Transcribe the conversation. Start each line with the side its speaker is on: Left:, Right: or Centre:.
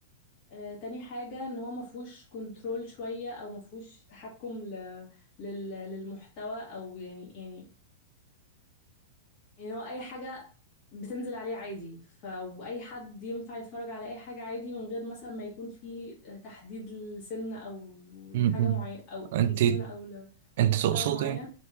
Left: آه، تاني حاجة إن هو مفهوش كنترول شوية أو مفهوش تحكم ل... لل... للمحتوى أو يعني يعني يعني هو اي حاجة بتنزل عليه عادي ف واي حد ينفع يتفرج على اي حاجة عادي من غير مثلا ما يكون في آه، تحديد لسن او
Right: مم.
Left: لحاجة معينة او
Right: انت
Left: لسن او ل-
Right: انت
Left: لمحتوى
Right: تقصدي
Left: معين